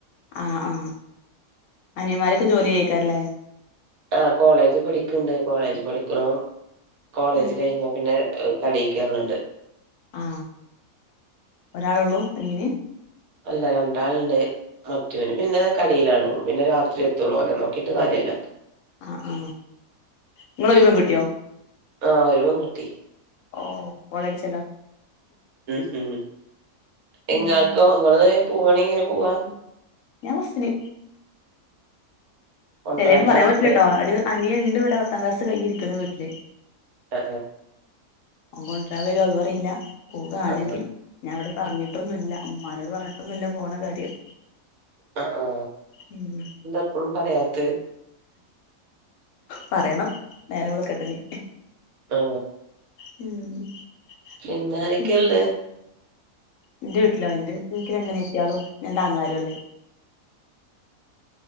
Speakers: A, on the left (about 70°); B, on the right (about 75°).
A: ആ ആ അനിയന്മാരൊക്കെ ജോലി ചെയ്യേയ്ക്കാരം ല്ലേ
B: ആ കോളേജ് പഠിക്ക്ണ്ട് കോളേജ് പഠിക്കണം കോളേജ്
A: ഉം
B: കഴിഞാ പിന്നെ കടേക്കേർന്ണ്ട്
A: ആ ഒരാളൊള്ളൂ അനിയന്
B: അല്ല രണ്ടാള്ണ്ട് മറ്റോന് പിന്നെ കടേലാണ് പിന്നെ രാത്രി എത്തുള്ളു ഓനെ നോക്കിട്ട് കാര്യല്ല
A: ആ ആ ങ്ങള് ഒരു പെൺകുട്ട്യോ
B: ആ ഒരുപെൺകുട്ടി
A: ഓ കോളടിച്ചല്ലോ
B: ഹ് ഹ് ഇങ്ങൾക്കോ
A: ഉം
B: ഇങ്ങള് പോവാണെങ്കി എങ്ങനെ പോവാ
A: ഞാൻ ബസ്സിന്
B: കൊണ്ടരാനാരുല്ലേ
A: ചെലേപ്പം പറയാൻ പറ്റൂല്ല ട്ടോ ഒരു അനിയണ്ട് വ്ടെ പ ത്താം ക്ലാസ്സ്‌ കഴിരിക്ക്ണ് വീട്ടില്
B: ആ
A: ഓൻ കൊണ്ട്രാൻ വെരോ അതും അറീല പോകാണെങ്കിൽ
B: ആ ആ
A: ഞാൻ ഇവിടെ പറഞ്ഞിട്ടൊന്നുല്ല മ്മാനോട് പറഞ്ഞിട്ടൊന്നുല്ല പോണ കാര്യം
B: ആ ആ
A: ഉം
B: എന്തപ്പളും പറയാത്ത് -
A: പറയണം നേരം വെളുക്കട്ടെനി
B: ആ
A: ഉം
B: പിന്നാരൊക്കെ
A: പിന്നെ
B: ള്ളത്
A: എന്റെ വീട്ടിലോ എന്റെ വീട്ടിൽ എനിക്ക് രണ്ടനിയത്തിയാളും രണ്ടാങ്ങളാരും ഉള്ളത്